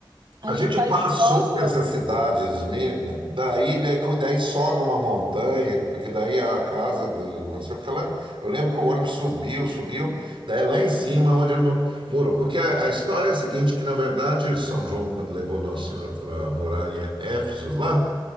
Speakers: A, on the right (about 50°); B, on the right (about 75°).
A: ali
B: A gente
A: faz
B: passou
A: costa.
B: por essa cidade, Esmirna, daí, daí, cu- daí sobe uma montanha, porque daí a casa do. Não sei, fica lá. Eu lembro que o ônibus subiu, subiu, daí lá em cima onde ele mo- morou. Porque a, a história é a seguinte: que na verdade, São João, quando levou Nossa Senhora para morar em Éfeso, lá,